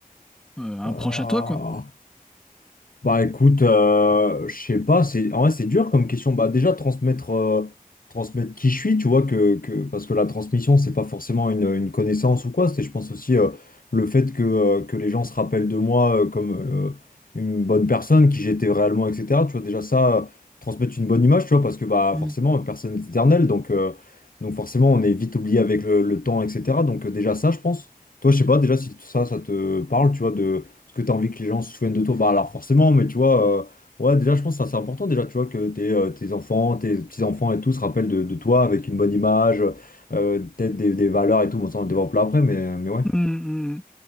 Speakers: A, in the centre; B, on the left.
A: euh, un
B: à-
A: proche à toi, quoi.
B: Bah écoute, euh, je sais pas, c'est en vrai c'est dur comme question. Bah déjà transmettre euh, transmettre qui je suis, tu vois que, que parce que la transmission c'est pas forcément une, une connaissance ou quoi. C'est je pense aussi euh, le fait que, euh, que les gens se rappellent de moi euh, comme euh, une bonne personne, qui j'étais réellement, etc. Tu vois déjà ça euh, transmettre une bonne image, tu vois parce que bah
A: Mm.
B: forcément personne n'est éternel, donc euh, donc forcément on est vite oublié avec le, le temps, etc. Donc euh, déjà ça je pense. Toi je sais pas déjà si ça ça te parle, tu vois parce que tu as envie que les gens se souviennent de toi. Bah alors forcément, mais tu vois, euh, ouais, déjà je pense que ça, c'est important déjà, tu vois, que tes, euh, tes enfants, tes petits-enfants et tout se rappellent de, de toi avec une bonne image, euh, peut-être des, des valeurs et tout, bon ça on le développe là après, mais, mais ouais.
A: Mm, mm,